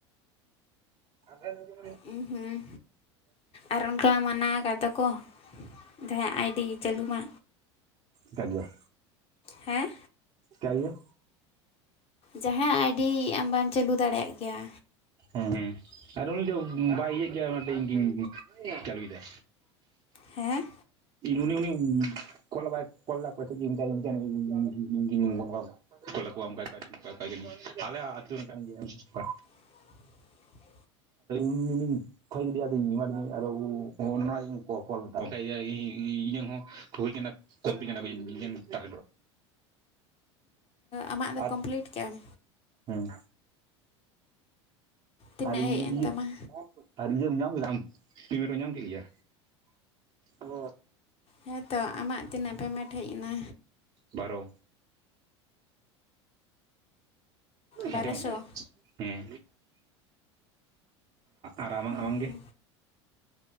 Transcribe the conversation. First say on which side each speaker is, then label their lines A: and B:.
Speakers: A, on the right; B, on the left.
A: <unintelligible>
B: ᱦᱩᱸ ᱦᱩᱸ ᱟᱨ ᱚᱱᱠᱟ ᱢᱟᱱᱟ ᱠᱟᱫ ᱫᱚᱠᱚ᱾ ᱡᱟᱦᱟᱸᱭᱟᱜ ᱟᱭᱰᱤ ᱪᱟᱹᱞᱩ ᱢᱟ᱾
A: ᱪᱮᱠᱟᱜᱮᱭᱟ
B: ᱦᱮᱸ
A: ᱪᱤᱠᱟᱜᱮᱭᱟ
B: ᱡᱟᱦᱟᱸᱭᱟᱜ ᱟᱭᱰᱤ ᱟᱢ ᱵᱟᱢ ᱪᱟᱹᱞᱩ ᱫᱟᱲᱮᱭᱟᱜ ᱜᱮᱭᱟ᱾
A: ᱦᱮᱸ ᱟᱨ ᱩᱱᱤ ᱫᱚ ᱵᱟᱭ ᱤᱭᱟᱹᱜ ᱜᱮᱭᱟ ᱚᱱᱟ ᱛᱮ ᱤᱧᱜᱤᱧ ᱪᱟᱹᱞᱩᱭ ᱮᱫᱟ᱾
B: ᱦᱮᱸ
A: ᱩᱱᱤ ᱩᱱᱤ ᱠᱚᱞ ᱵᱟᱭ ᱠᱟᱞ ᱮᱫᱟ ᱚᱠᱚᱭ ᱴᱷᱮᱡ ᱜᱮ ᱢᱮᱛᱟᱫᱮ ᱫᱮ ᱤᱧᱜᱮ ᱚ ᱠᱚᱞ ᱟᱠᱚᱣᱟ ᱚᱱᱠᱟ ᱚᱠᱚᱭ ᱠᱟᱹᱱᱟᱹᱧ ᱟᱞᱮᱭᱟᱜ ᱟᱹᱛᱩ ᱨᱮᱱ ᱠᱟᱱ ᱜᱮᱭᱟ ᱠᱚ
B: <inaudible>
A: <inaudible> ᱠᱷᱚᱭ ᱜᱮᱫᱮᱭᱟᱧ ᱟᱫᱚᱧ ᱮᱢᱟᱫᱤᱧᱟ ᱟᱫᱚᱜ ᱱᱚᱧ ᱠᱚᱞ ᱞᱮᱫᱟᱠᱟᱱ ᱤᱧᱟᱜ ᱦᱚᱸ ᱦᱩᱭ ᱟᱠᱟᱱᱟ ᱠᱚᱢᱯᱤᱞᱤᱴ ᱠᱟᱱᱟ ᱠᱟ ᱡᱟᱱᱤᱡ ᱴᱟ
B: ᱟᱢᱟᱜ ᱫᱚ
A: ᱟᱨ
B: ᱠᱚᱢᱯᱞᱤᱴ ᱠᱮᱜ ᱟᱢ
A: ᱦᱮᱸ
B: ᱛᱤᱱᱟᱹᱜ
A: ᱟᱨ ᱤᱭᱟᱹ
B: ᱦᱮᱡ ᱮᱱ ᱛᱟᱢᱟ
A: ᱟᱨ ᱤᱭᱟᱹᱢ ᱧᱟᱢ ᱠᱮᱫᱟ ᱟᱢ ᱯᱮᱢᱮᱱᱴ ᱮᱢ ᱧᱟᱢ ᱠᱮᱫ ᱜᱮᱭᱟ ᱚ
B: ᱦᱮᱸᱛᱚ ᱟᱢᱟᱜ ᱛᱤᱱᱟᱹᱜ ᱯᱮᱢᱮᱱᱴ ᱦᱮᱡ ᱮᱱᱟ
A: ᱵᱟᱨᱚ
B: ᱵᱟᱨᱚᱥᱚ
A: ᱟᱡᱚᱢ ᱦᱮᱸ ᱟᱨ ᱟᱢᱟᱝ
B: ᱦᱩᱸ
A: ᱟᱢᱟᱝ
B: ᱦᱩᱸ
A: ᱜᱮ